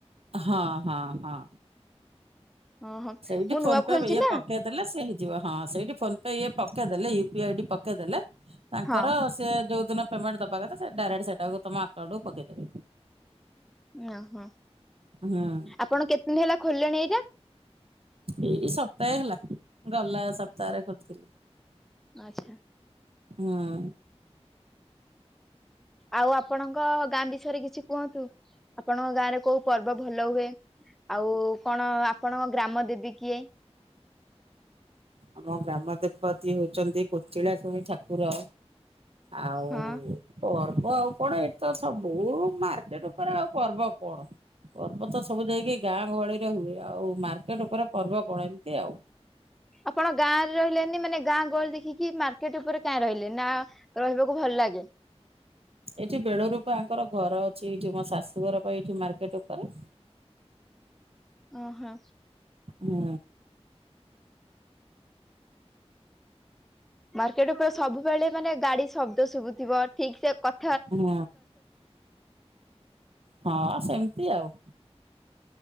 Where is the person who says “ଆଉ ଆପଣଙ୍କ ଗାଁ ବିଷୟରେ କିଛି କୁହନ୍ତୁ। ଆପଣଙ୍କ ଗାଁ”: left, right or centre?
Centre